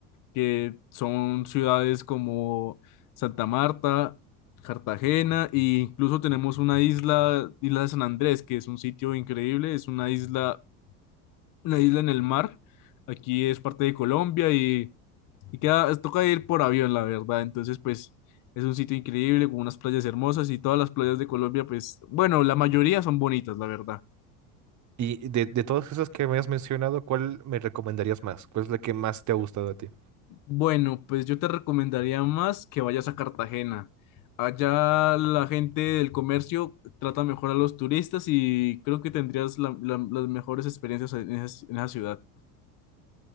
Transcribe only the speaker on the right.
Y de, de todas esas que me has mencionado, ¿cuál me recomendarías más? ¿Cuál es la que más te ha gustado a ti?